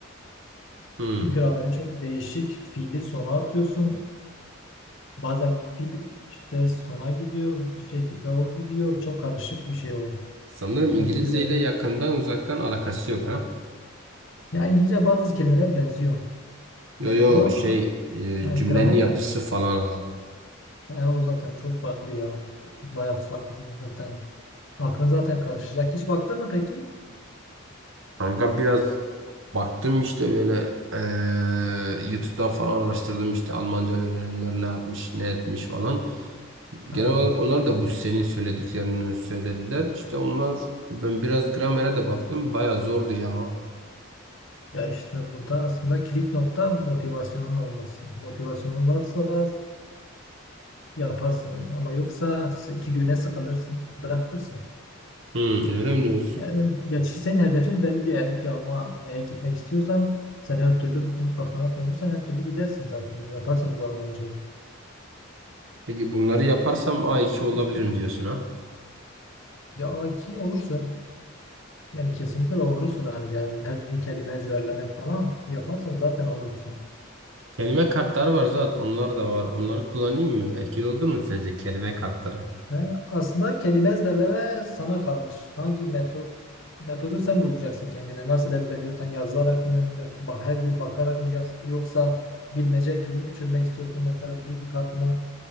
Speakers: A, on the right; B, on the left.
A: Hmm.
B: Grameri çok değişik. Fiili sona atıyorsun. Bazen fiil işte sona gidiyor. Bir şekilde o gidiyor. Çok karışık bir şey o.
A: Sanırım
B: Hani
A: İngilizce
B: lisede.
A: ile yakından uzaktan alakası yok ha.
B: Ya İngilizce bazı kelimeler benziyor.
A: Yo
B: Benziyor
A: yo
B: ama
A: şey e,
B: ha,
A: cümlenin
B: grameri
A: yapısı
B: mi?
A: falan ha.
B: Ha, o zaten çok farklı ya. Bayağı farklı zaten. Aklın zaten karışacak. Hiç baktın mı peki?
A: Kanka biraz baktım işte böyle e, YouTube'dan falan araştırdım işte Almanca öğrenenler ne yapmış ne etmiş falan. Genel
B: Ha.
A: olarak onlar da bu senin söylediklerini söylediler. İşte onlar ben biraz gramere de baktım baya zordu ya.
B: Ya işte burada aslında kilit nokta motivasyonun olması. Motivasyonun varsa yaparsın ama yoksa iki güne sıkılırsın, bırakırsın.
A: Hmm, öyle mi diyorsun?
B: Yani gerçi senin hedefin belli. Eğer ki Almanya'ya gitmek istiyorsan sen her türlü bunu kafana koymuşsan her türlü gidersin zaten. Yaparsın bu Almancayı.
A: Peki bunları yaparsam A2 olabilirim diyorsun ha?
B: Ya A2 olursun. Yani kesinlikle olursun hani yani her gün kelime ezberlemek falan yaparsan zaten olursun.
A: Kelime kartları var zaten onlar da var. Onları kullanayım mı? Etkili olur mu sence kelime kartları?
B: He, aslında kelime ezberleme sana kalmış. Hangi metot metodu sen bulacaksın kendine. Nasıl ezberliyorsan yazarak mı, yaz- ba- her gün bakarak mı yaz, yoksa bilmece gibi mi çözmek istiyorsun? Mesela bir kartına,